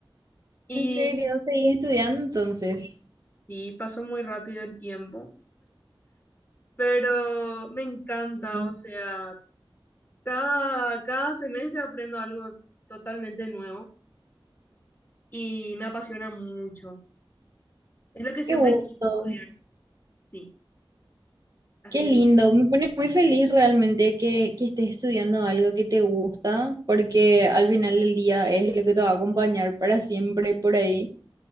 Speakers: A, on the left; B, on the right.
A: Y
B: ¿En serio? ¿Seguís estudiando
A: Y
B: entonces?
A: Sí, pasó muy rápido el tiempo, pero me encanta,
B: Sí.
A: o sea, cada, cada semestre aprendo algo totalmente nuevo y me apasiona mucho. Es lo que siempre
B: Qué gusto,
A: quise estudiar, sí, así
B: qué lindo.
A: mismo.
B: Me pone muy feliz realmente que, que estés estudiando algo que te gusta, porque al final del día es lo que te va a acompañar para siempre por ahí.